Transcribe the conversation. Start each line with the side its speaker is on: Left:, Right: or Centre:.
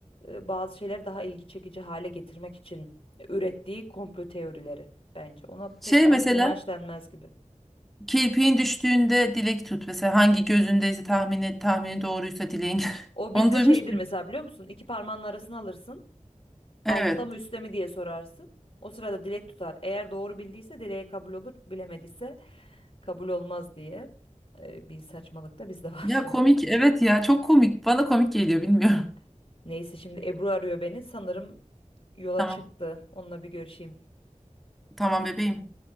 Left: e, bazı şeyleri daha ilgi çekici hale getirmek için ürettiği komplo teorileri bence. Ona
Centre: Şey
Left: pek batıl
Centre: mesela
Left: inanç denmez gibi.
Centre: kirpiğin düştüğünde dilek tut. Mesela hangi gözündeyse tahmini tahmini doğruysa dileğin. <laughs>
Left: O bizde
Centre: Onu duymuş
Left: şeydir
Centre: muydun?
Left: mesela biliyor musun? İki parmağının arasına alırsın.
Centre: Evet.
Left: Altta mı üstte mi diye sorarsın. O sırada dilek tutar. Eğer doğru bildiyse dileğe kabul olur. Bilemediyse kabul olmaz diye e, bir saçmalık da bizde var.
Centre: Ya komik. Evet ya çok komik. Bana komik geliyor bilmiyorum.
Left: <laughs> Neyse şimdi Ebru arıyor beni. Sanırım yola
Centre: <laughs> Tamam.
Left: çıktı. Onunla bir görüşeyim.
Centre: Tamam bebeğim.